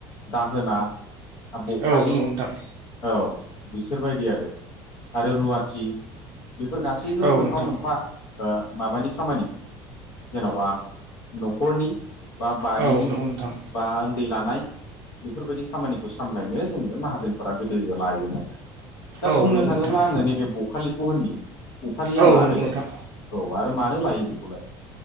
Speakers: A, on the left (about 55°); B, on the right (about 35°).
A: दाहोना बखालि
B: औ नंगौ नोंथां
A: औ बिसोरबायदि आरो आरो रुवाथि बेफोर गासैबो
B: औ
A: मोनफा
B: नोंथां
A: मोनफा माबानि खामानि जेनबा नखरनि बा बारिनि
B: औ नंगौ नोंथां
A: बा दै लानाय बेफोरबायदि खामानिखौ सामलायनो जोङो माहाजोनफोरा गोदो लायोमोन दा
B: औ
A: बुंनो
B: नंगौ
A: थाङोब्ला
B: नोंथां
A: आङो नैबे बखालिखौ होनयो बखालिया
B: औ
A: मा
B: नंगौ
A: बेलाय
B: नोंथां
A: औ आरो मानो लायो बेखौलाय